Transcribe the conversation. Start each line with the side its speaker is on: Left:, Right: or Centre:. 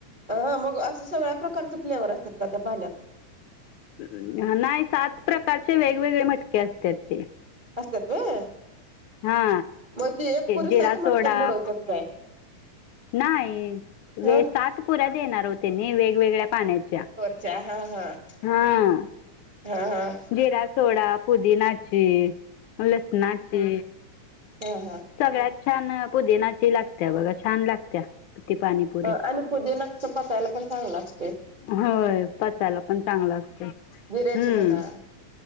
Right: हा. मग असं सगळ्या प्रकारचे फ्लेवर असतात का त्या पाण्यात?
Left: नाही सात प्रकारचे वेगवेगळे मटके असतात. ते.
Right: असतात व्हय.
Left: हा
Right: मग ती एक पुरी
Left: जिरा
Right: सात
Left: सोडा
Right: मटक्यात बुडवत्यात काय?
Left: नाही.
Right: ह
Left: व सात पुऱ्या देणार हो तेनि वेगवेगळ्या पाण्याच्या.
Right: अच्छा हा हा.
Left: हा.
Right: हा हा
Left: जिरा सोडा पुदीनाची. लसनाची.
Right: हो हो.
Left: सगळ्यात छान पुदिनाची लागतेया बघा. छान लागतेया. ती पाणीपु री.
Right: हो आणि पुदिना कसं पचायला पण चांगलं असतेय.
Left: होय. पचायला पण चांगलं असतय.
Right: जिऱ्याची
Left: हम्म.
Right: म्हणा